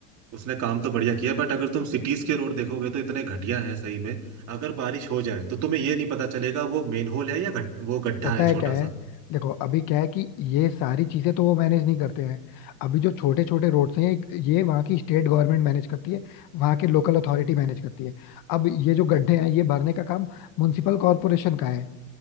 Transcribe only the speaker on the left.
होता
है
क्या है
देखो अभी क्या है कि ये सारी चीजें तो वो मैनेज नहीं करते हैं अभी जो छोटे छोटे रोड्स हैं ये ये वहाँ की स्टेट गवर्नमेंट मैनेज करती है वहाँ के लोकल अथॉरिटी मैनेज करती है अब ये जो गड्ढे हैं ये भरने का काम म्युनिसिपल कॉरपोरेशन का है